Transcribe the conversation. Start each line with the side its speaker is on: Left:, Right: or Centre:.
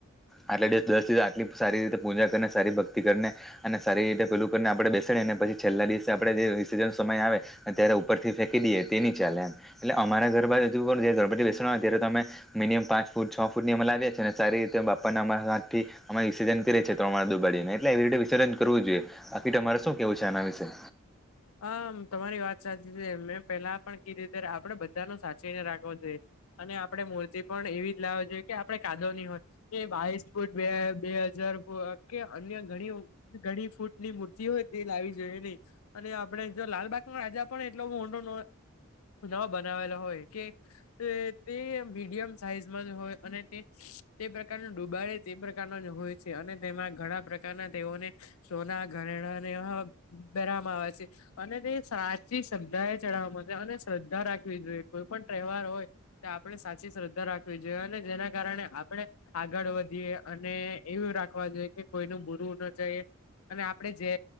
Centre: આટલા દિવસ દસ દી આટલી. સારી રીતે પૂજા કરીને સારી ભક્તિ કરીને અને સારી રીતે પેલું કરીને આપણે બેસાડી અને પછી છેલ્લા દિવસે આપણે જે વિસર્જનનો સમય આવે ત્યારે ઉપરથી ફેકી દઈએ તેની ચાલે એમ એટલે અમારા ઘર બાજુ પણ જે ગણપતિ ત્યારે તમે મિનિમમ પાંચ ફૂટ છ ફૂટની અમે લીવીએ છે, અને સારી રીતે બાપ્પાને અમારા હાથથી વિસર્જન કરે છે, ત્રણ વાર દુબાડીને એટલે એવી રીતે વિસર્જન કરવું જોઈએ બાકી તમારે શું કેવું છે, આના વિશે?
Left: આમ તમારી વાત સાચી છે મેં પેલા પણ કે રીતે આપણે બધાનો સાચવીને રાખવો જોઈએ અને આપડે મૂર્તિ પણ એવી જ લાવ જોઈએ કે આપડે કાદોવની હોય એ બાવીસ ફૂટ બે હજાર કે અ અન્ય ઘણી ઘણી ફૂટ કૂટની મૂર્તિ હોય તે લાવી જોઈએ ની અને આપડે જો લાલબાગનો રાજા પણ એટલો મોટો નો નવો બનાવેલો હોય કે અ તે મીડિયમ સાઈઝમાં જ હોય અને તે તે પ્રકારનું ડુબાડે તે પ્રકારનો જ હોય છે, અને તેમાં ઘણા પ્રકારના તેઓને સોના ઘરેણા ન હ બરા. વામા આવે અને તે સાચી શ્રદ્ધા એ ચડાવવા અને શ્રદ્ધા રાખવી જોઈએ કોઈ પણ તહેવાર. હોય આપણે સાચી શ્રદ્ધા રાખવી જોઈએ અને જેના કારણે આપણે આગળ વધીએ અને. એ એવું રાખવા જોઈએ કે કોઈ ન બુરું ન જઈ અને આપણે જે